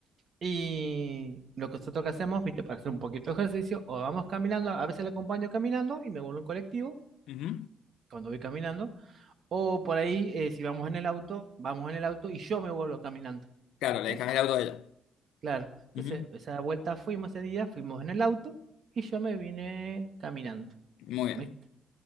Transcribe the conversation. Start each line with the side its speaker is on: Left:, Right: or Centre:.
Right: Y lo que nosotros que hacemos, ¿viste? Para hacer un poquito de ejercicio, o vamos caminando, a veces la acompaño caminando y me vuelvo en colectivo
Left: Ujú.
Right: cuando voy caminando, o por ahí, eh, si vamos en el auto, vamos en el auto y yo me vuelvo caminando,
Left: Claro,
Right: ¿viste?
Left: le dejan el auto a ella.
Right: Claro, entonces
Left: Ujú.
Right: esa vuelta fuimos ese día, fuimos en el auto y yo me vine caminando.
Left: Muy bien.
Right: ¿viste?